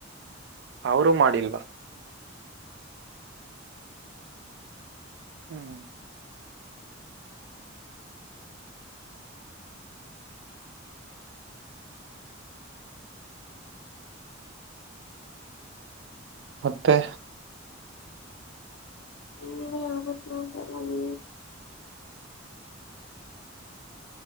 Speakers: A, on the right; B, on the left.
A: ಅವರುೂ ಮಾಡಿಲ್ವಾ? ಹ್ಮ್ ಮತ್ತೆ
B: ನೀವೇ ಹೇಳ್ಬೇಕು ಗೌಡ್ರೆ